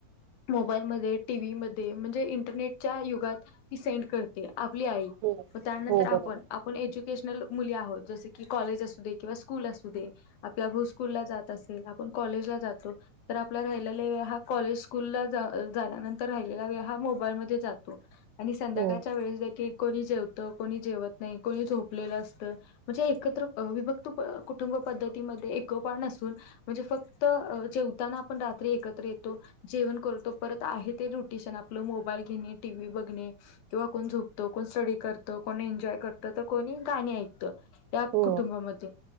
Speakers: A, on the left; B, on the right.
A: मोबाईल म टीव् म म्हणजे इंटरनेटच्या युगात ती सेंड करते आपली आई
B: हो
A: व त्यानंतर
B: हो
A: आपण
B: बरोबर
A: आपण एज्युकेशनल मुली आहोत जस कॉलेज असू दे किं स्कूल असू आपण ला स्कूल जात असेल आपण कॉलेजला जातो तर आपला राहिवे हा कॉले स्कूल वरून आल्यानंतर राहिलेला वेळ हा मोबाईल मधे जातो आणि संध्याकाळच्या
B: हो
A: वेळेस देखील कोणी जेवत कोणी जेवत नाही कोणी झोपलेलं असतं म्हणजे एकत्र विभक्तुठ कुटुंब पद्धतीमध्ये एकपण असून म्हणजे फक्त जेवताना आपण रात्री एकत्र येतो जेवण करतो परत आहे ते रुटिन आपलं मोबाईल घेणे टी व्ही बघणे किंवा कोण झोपतो कोण स्टडी करत कोण एन्जॉय करत तर कोणी गाणी ऐकतं त्या
B: हो
A: कुटुंबामध्ये